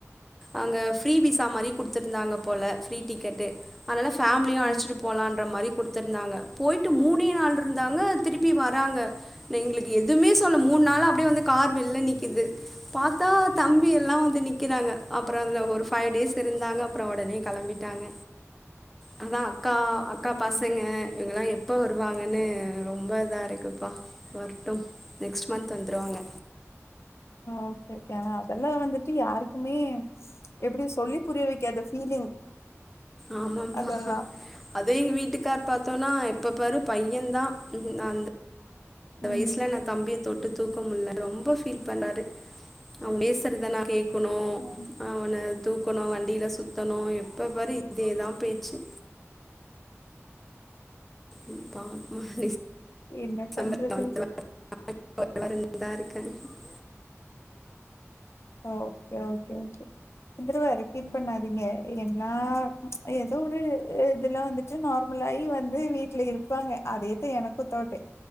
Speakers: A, in the centre; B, on the left.
A: அங்க ஃப்ரீ விசா மாறி குடுத்துருந்தாங்க போல ஃப்ரீ டிக்கெட்டு அதனால ஃபேமிலியு
B: ஓ
A: அழைச்சிட்டு ன்ற மாரி கொடுத்துருந்தாங்க போயிட்டு மூணே நாள் இருந்தாங்க திருப்பி வராங்க னா எங்களுக்கு எதுமே சொல்ல மூன் நாளா அப்டியே வந்து கார் வெள்ல நிக்குது பாத்தா தம்பில்லா வந்து நிக்கிறாங்க அப்றோ அந்த ஒரு ஃபைவ் டேஸ் இருந்தாங்க அப்றோ ஒடனே கெளம்பிட்டாங்க அத்தா அக்கா
B: அப்படியா?
A: அக்கா பசங்க இவங்கல்லா எப்ப வருவாங்கன்னு ரொம்ப இதா இருக்குப்பா வர்டும் நெக்ஸ்ட் மந்த் வந்துருவாங்க
B: ஓக்கே ஓக்கே ஆனா அதெல்லா வந்துட்டு யாருக்குமே எப்டி சொல்லி புரிய வைக்காத ஃபீலிங்
A: ஆமாப்பா
B: அதெல்லா.
A: அதே எங்க வீட்டுக்கார் பாரத்தோம்னா எப்ப பாரு பையன் தா அந்த இந்த
B: ம்.
A: வயசுல நா தம்பிய தொட்டு தூக்க முல்ல ரொம்ப ஃபீல் பண்றாரு அவ பேசுறத நா கேக் க்கணு
B: ம்.
A: அவன தூக்கணு வண்டில சுத்தணு எப்ப பாரு இதேதா பேச்சு ம் பா நெக்ஸ்ட்
B: என்ன
A: சம்மர்ல
B: பண்றது?
A: <inaudible> <inaudible> இருக்கோ
B: ஓகே ஓகே ஓகே வந்திரவாரு ஃபீல் பண்ணாதீங்க எல்லா இதோ ஒரு இதெல்லா வந்துட்டு நார்மலாயி வந்து வீட்டுல இருப்பாங்க அதே எனக்கோ த்தார்டி